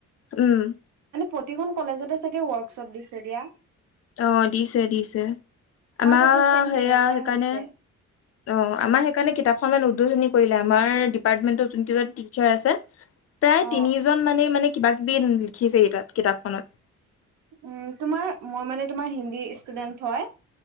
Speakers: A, on the left; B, on the right.
A: উম।
B: প্ৰতিখন কলেজতে চাগে ৱৰ্কশ্বপ দিছে দিয়া।
A: অ দিছে দিছে। আমাৰ
B: তাতো ছেম
A: সেয়া
B: তেনেকুৱাই
A: সেইকাৰণে
B: হৈছে
A: অ আমাৰ সেইকাৰণে কিতাপখন মানে উদ্বোধনী কৰিলে আমাৰ ডিপাৰ্টমেণ্টৰ যোনী কেইজন টিচাৰ আছে। প্ৰায়
B: অ
A: তিনিজন মানে মানে কিবা কিবি লিখিছেই তাত কিতাপখনত।
B: উম তোমাৰ মই মানে তোমাৰ হিন্দী ষ্টুডেন্ট হয়।